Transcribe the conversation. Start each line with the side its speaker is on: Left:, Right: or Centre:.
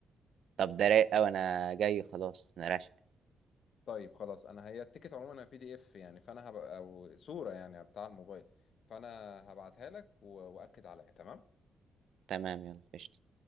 Right: طب ده رايق قوي انا جاي خلاص انا راشق
Left: طيب خلاص انا هي التيكت عموما بي دي اف يعني فانا هبقى او صورة يعني بتاع الموبايل فانا هبعتها لك و- واكد عليها تمام
Right: تمام يلا قشطة